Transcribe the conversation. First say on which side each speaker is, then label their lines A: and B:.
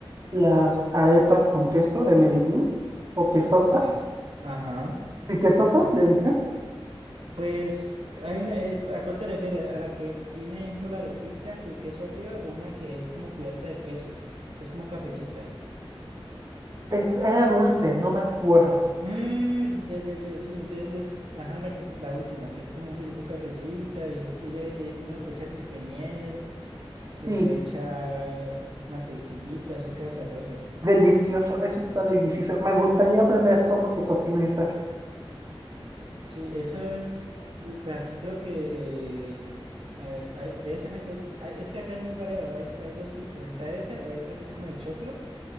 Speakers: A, on the right (about 40°); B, on the right (about 75°).
A: las arepas con queso de Medellín, o
B: Uf,
A: quesosas,
B: delicioso. Ajá.
A: y quesosas
B: Eh,
A: le dicen.
B: Pues, hay una, eh, ¿a cuál te refieres? ¿A la que tiene, ejemplo, la arepita y el queso arriba o una que es como cubierta de queso? Es como cafecita.
A: Es, era dulce, no me acuerdo.
B: Mmm, ya, ya, ya, sí. Entonces es, ajá, la que, la última, que es como un poquitico cafecita y, es, y ella, le- eh, uno le puede echar disque miel, le
A: Sí,
B: puede echar mantequillita, eso queda sabroso.
A: delicioso, eso está delicioso. Me gustaría aprender cómo se cocina esas.
B: Sí, eso es, uy, pues aquí creo que, eh, a ver, hay- de esas hay dos, hay- es que acá es muy variado, hay, hay dos tipos, está esa, hay otra que es como de choclo,